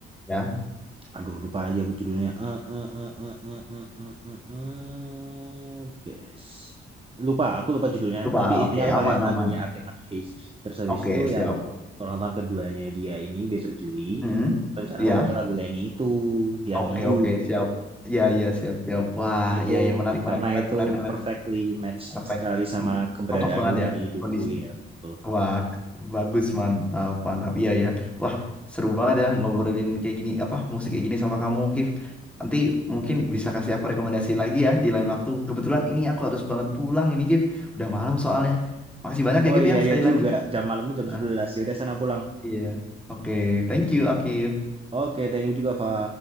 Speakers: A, in the centre; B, on the right.
A: ya.
B: aduh lupa lagi aku judulnya. Eh, eh, eh, eh, eh, eh, eh, eh, eh, best. Lupa, aku lupa judulnya,
A: Lupa.
B: tapi
A: Ah,
B: intinya
A: Oke,
B: aku
A: aman
B: pakai lagunya
A: aman.
B: Arctic Monkeys. Terus habis
A: Oke,
B: itu
A: siap.
B: yang ulang tahun keduanya dia ini besok Juli,
A: Hmm.
B: rencana
A: Ya.
B: mau pakai lagu Lenny itu yang
A: Oke,
B: You
A: oke, siap. Ya, ya, siap, siap. Wah,
B: itu
A: ya, ya, menarik, menarik,
B: karena
A: menarik,
B: itu
A: menarik, menarik.
B: perfectly match
A: Perfect.
B: sekali sama
A: M-
B: keberadaan
A: Cocok banget
B: Luna
A: ya
B: di Duku
A: kondisi.
B: ya. Betul.
A: Wah, bagus, mantap, mantap. Iya, ya. Wah, seru banget ya ngobrolin kayak gini, apa musik kayak gini sama kamu, Kif. Nanti mungkin bisa kasih aku rekomendasi lagi ya di lain waktu. Kebetulan ini aku harus banget pulang ini, Kif. Udah malam soalnya. Makasih banyak ya,
B: Oh
A: Kif
B: iya
A: ya, sekali
B: iya
A: lagi.
B: juga jam malammu jam
A: Ah,
B: sebelas Ya udah sana pulang.
A: Iya. Oke, thank you, Akif.
B: Oke, thank you juga, Fa.